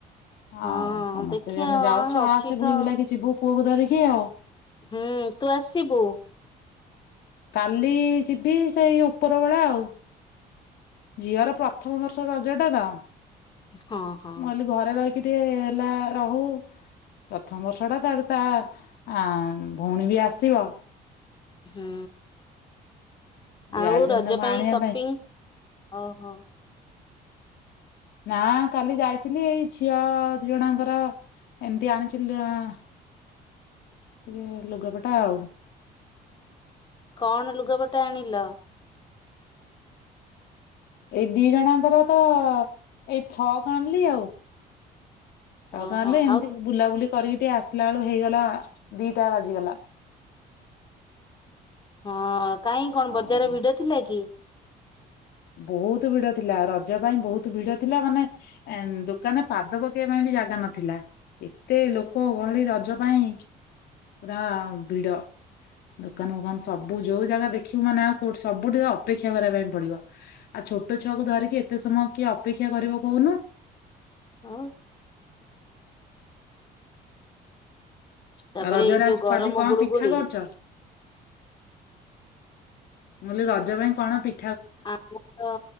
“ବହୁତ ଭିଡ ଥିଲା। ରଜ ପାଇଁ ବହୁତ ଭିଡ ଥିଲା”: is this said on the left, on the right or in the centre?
Left